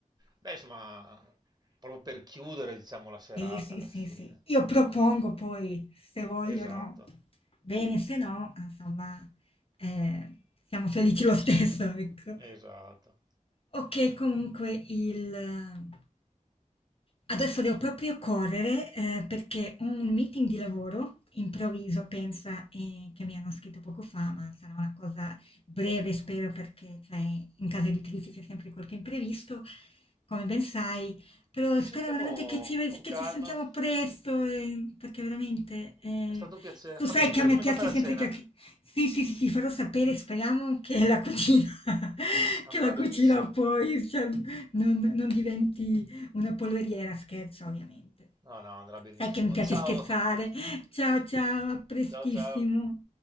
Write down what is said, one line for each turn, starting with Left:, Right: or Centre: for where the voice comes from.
Right: Beh, insomma, proprio per chiudere, diciamo, la serata
Left: Sì, sì,
Right: alla
Left: sì,
Right: fine.
Left: sì. Io propongo
Right: To-
Left: poi, se vogliono,
Right: Esatto,
Left: bene, se no, insomma, eh, siamo felici lo stesso, <laughs> ecco.
Right: esatto.
Left: Ok, comunque il... Adesso devo proprio correre eh, perché ho un meeting di lavoro improvviso, pensa, eh, che mi hanno scritto poco fa, ma sarà una cosa breve, spero, perché cioè, in casa editrice c'è sempre qualche imprevisto. Come ben sai, però
Right: Ci
Left: spero
Right: sentiamo
Left: veramente che ci,
Right: con
Left: che
Right: calma.
Left: ci sentiamo presto, eh, perché veramente, eh,
Right: È stato un piacere.
Left: tu
Right: Fammi
Left: sai
Right: sapere
Left: che a me
Right: com'è
Left: piace
Right: andata la
Left: sempre
Right: cena.
Left: che... che- Sì, sì, sì, ti farò sapere, speriamo che la cucina, <laughs>
Right: Andrà
Left: che la cucina
Right: benissimo.
Left: poi, cioè, non, non diventi una polveriera, scherzo ovviamente.
Right: No, no, andrà benissimo.
Left: Sai che mi piace
Right: Ciao,
Left: scherzare.
Right: <laughs>
Left: Ciao, ciao, a prestissimo.
Right: ciao, ciao.